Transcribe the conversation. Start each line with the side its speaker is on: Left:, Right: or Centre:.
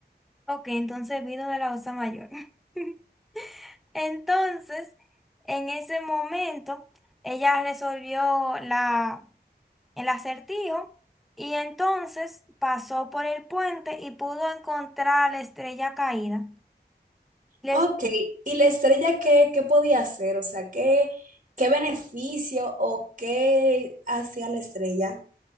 Centre: ok, entonces vino de la Osa Mayor. <laughs> Entonces, en ese momento, ella resolvió la, el acertijo y entonces pasó por el puente y pudo encontrar la estrella caída. La
Right: Ok, ¿y la estrella qué, qué podía hacer? O sea, ¿qué, qué beneficio o qué hacía la estrella?